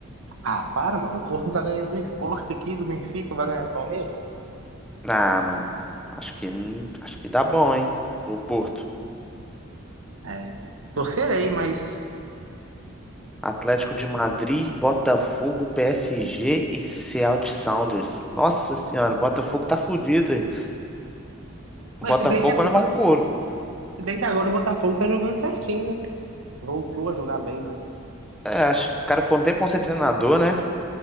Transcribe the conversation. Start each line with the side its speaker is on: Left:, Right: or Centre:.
Right: Ah, para, mano. O Porto não tá ganhando o Sport aqui do Benfica, vai ganhar do Palmeiras?
Centre: Ah, mano. Acho que, não- acho que dá bom, hein? O Porto.
Right: É. Torcerei, mas.
Centre: Atlético de Madrid, Botafogo, PSG e Seattle Sounders. Nossa senhora, o Botafogo tá fudido, hein? O
Right: Mas
Centre: Botafogo
Right: se bem que agora,
Centre: vai levar um couro.
Right: se bem que agora o Botafogo tá jogando certinho, né? Voltou a jogar bem, né?
Centre: É, acho que os caras foram um tempo ser treinador, né?